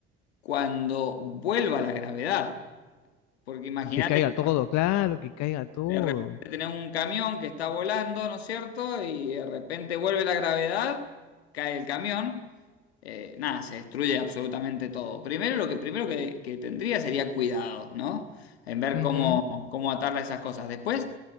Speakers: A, on the left (about 90°); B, on the left (about 65°).
A: cuando vuelva la gravedad, porque imagínate
B: que caiga
A: que
B: todo, claro, que caiga todo.
A: de repente tenés un camión que está volando, ¿no es cierto? Y de repente vuelve la gravedad, cae el camión, eh, nada, se destruye absolutamente todo. Primero lo que primero que, que tendría sería cuidado, ¿no? En ver
B: Ujú.
A: cómo, cómo atarla a esas cosas. Después